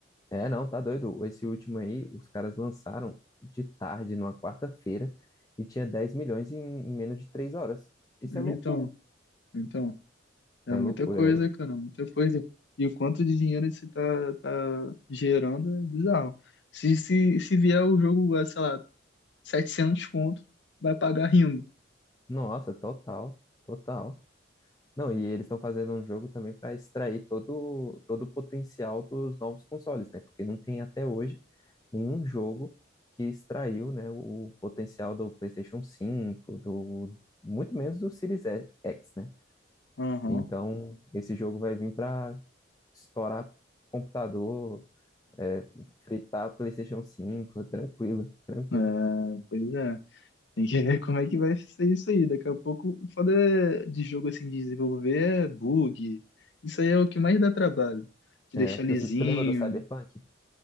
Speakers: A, on the left (about 20°); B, on the left (about 65°).
A: É, não, tá doido. Esse último aí, os caras lançaram de tarde, numa quarta-feira, e tinha 10 milhões em, em menos de três horas. Isso é loucura.
B: Então, então, é
A: É
B: muita
A: loucura.
B: coisa, cara, muita coisa. E o quanto de dinheiro isso tá, tá gerando é bizarro. Se, se, se vier o jogo, ah, sei lá, 700 conto, vai pagar rindo.
A: Nossa, total, total. Não, e eles estão fazendo um jogo também para extrair todo, todo o potencial dos novos consoles, né? Porque não tem até hoje nenhum jogo que extraiu, né, o potencial do PlayStation cinco, do muito menos do Series X, né?
B: Aham.
A: Então, esse jogo vai vir para estourar computador, é, fritar PlayStation cinco, tranquilo, tranquilo.
B: Ah, pois é. Tem que ver <laughs> como é que vai ser isso aí. Daqui a pouco, o foda é de jogo assim, de desenvolver é bug. Isso aí é o que mais dá trabalho. De
A: É,
B: deixar
A: tu,
B: lisinho.
A: tu lembra do Cyberpunk?